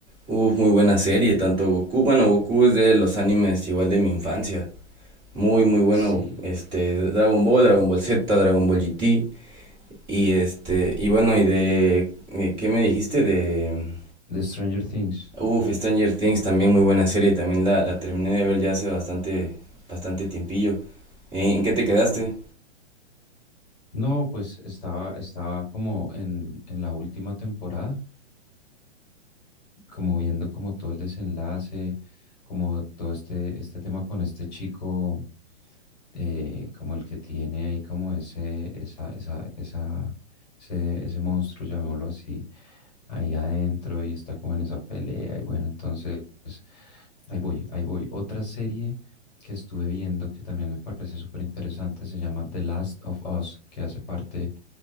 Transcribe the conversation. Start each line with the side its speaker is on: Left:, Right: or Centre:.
Right: Uf, muy buena serie, tanto Goku. Bueno, Goku es de los animes igual de mi infancia. Muy, muy bueno.
Left: Sí,
Right: Este, Dragon Ball, Dragon Ball Z, Dragon Ball GT. Y este, y bueno, y de. eh, ¿Qué me dijiste? De.
Left: de Stranger Things.
Right: Uf, Stranger Things, también muy buena serie. También la, la terminé de ver ya hace bastante, bastante tiempillo. ¿En qué te quedaste?
Left: No, pues estaba, estaba como en, en la última temporada. como viendo como todo el desenlace, como todo este, este tema con este chico, eh, como el que tiene ahí como ese, esa, esa, esa, ese, ese monstruo, llamémoslo así, ahí adentro y está como en esa pelea. Y bueno, entonces, ahí voy, ahí voy. Otra serie que estuve viendo que también me parece súper interesante se llama The Last of Us, que hace parte,